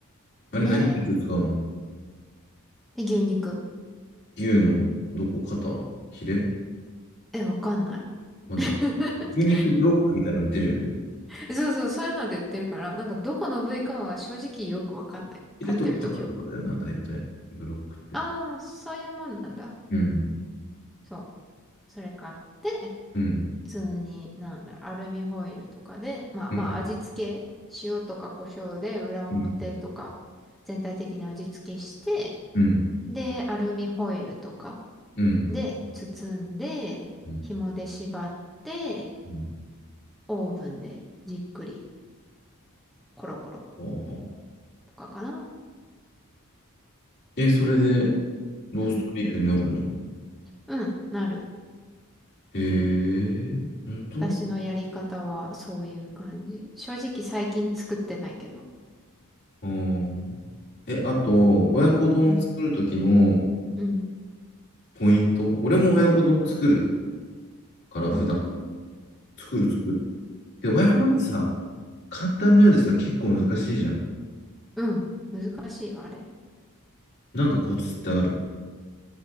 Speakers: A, on the left (about 50°); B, in the centre.
A: あれ何肉使うの
B: で、で牛肉。
A: 牛のどこ肩ヒレ
B: え、わかんない。
A: わかんない
B: <laughs>
A: 牛肉ブロックみたいなの売ってるよね。
B: そうそう、そういうので売ってるから、なんかどこの部位かは正直よくわかんない。
A: ヒレとか肩とかだよな、
B: 買ってるときは。
A: 大体。ブロックって。
B: ああ、そういうもんなんだ。
A: うん。
B: そう。それ買って、
A: うん。
B: 通に、なんだろう、アルミホイルとかで、まあまあ味付け、
A: うん。
B: 塩とか胡椒で裏表とか
A: うん。
B: 全体的に味付けして、
A: うん。
B: で、アルミホイルとか
A: うん。
B: で包んで、
A: うん
B: 紐で縛って、
A: うん
B: オーブンでじっくりコロコロ
A: ああ。
B: とかかな。
A: え、それでローストビーフになるの
B: うん、うん、なる。
A: へえ、本当
B: 私のやり方はそういう感じ。正直最近作ってないけど。
A: うん。え、あと、親子丼を作るときの
B: うん、うん。
A: ポイント。俺も親子丼作る。から普段。
B: 本当に
A: 作る作る。で親子丼ってさ、簡単なようでさ、結構難しいじゃん。
B: うん。難しいわ、あれ。
A: なんかコツってある。